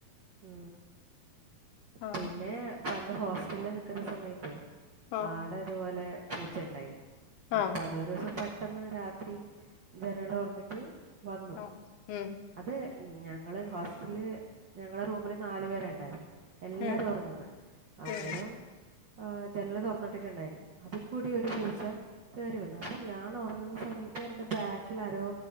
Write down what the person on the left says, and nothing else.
ആ
ആ
ആ
ആ ഉം
ഉം
ഉം